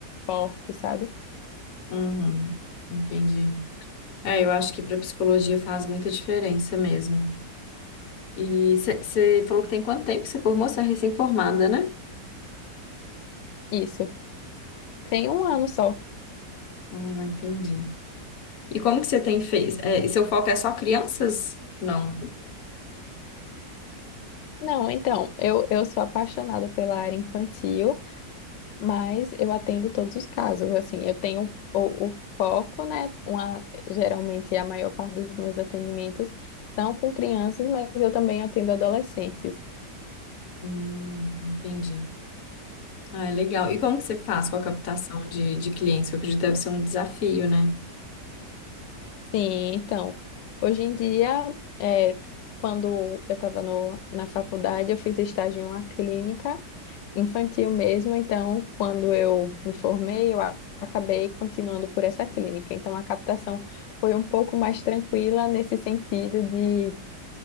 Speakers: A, on the left; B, on the left.
A: forte, sabe?
B: uhum. Entendi. É, eu acho que para psicologia faz muita diferença mesmo. E você falou que tem quanto tempo que você formou? Você é recém-formada, né?
A: Isso. Tem um ano só
B: Ah, entendi. E como que você tem feito? É, e seu foco é só crianças? Não.
A: Não, então, eu, eu sou apaixonada pela área infantil, mas eu atendo todos os casos. Assim, eu tenho o, o foco, né? Uma, geralmente a maior parte dos meus atendimentos são com crianças, mas eu também atendo adolescentes.
B: Hum, entendi. Ah, é legal. E como que você faz com a captação de, de clientes? Eu acredito que deve ser um desafio, né?
A: Sim, então, hoje em dia, é, quando eu estava na faculdade, eu fiz estágio em uma clínica. infantil mesmo. Então, quando eu me formei, eu a- acabei continuando por essa clínica. Então, a captação foi um pouco mais tranquila nesse sentido de